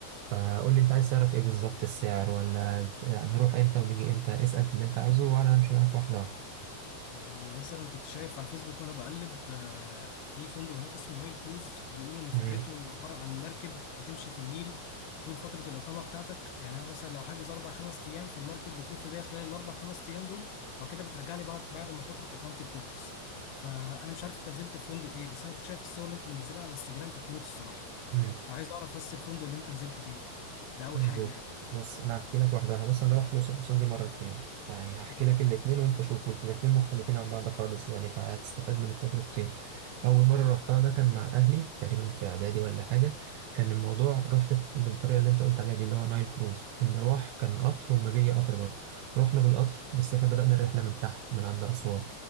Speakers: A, on the right; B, on the left.
A: فقول لي انت عايز تعرف ايه بالظبط السعر ولا قلت- نروح امتى ونيجي امتى اسأل في اللي انت عاوزه وانا همشي معاك واحدة واحدة
B: يعني مثلا كنت شايف على الفيسبوك وانا بقلب آه، في فندق هناك اسمه نايل كروز بيقولوا ان فكرته
A: مم.
B: عباره عن مركب بتمشي في النيل طول فتره الاقامه بتاعتك يعني انا مثلا لو حاجز اربع خمس ايام فالمركب بتلف بيا خلال الاربع خمس ايام دول وبعد كده بترجع لي بعد بعد ما فتره اقامتي بتخلص فانا مش عارف انت نزلت في فندق ايه بس انا كنت شايف الصور اللي انت منزلها على الانستجرام كانت موت الصراحه
A: مم.
B: فعايز اعرف بس الفندق اللي انت نزلت فيه ده اول
A: مظبوط
B: حاجه يعني
A: بص انا هحكي لك واحده واحده بص انا رحت الاقصر واسوان دي مرتين يعني هحكي
B: تمام
A: لك الاتنين وانت شوفوا الاتنين مختلفين عن بعض خالص يعني فهتستفاد من التجربتين اول مره رحتها ده كان مع اهلي تقريبا في اعدادي ولا حاجه كان الموضوع رحت بالطريقه اللي انت قلت عليها دي اللي هو نايل كروز المروح كان قطر والما جاي قطر برضه رحنا بالقطر بس احنا بدأنا الرحله من تحت من عند اسوان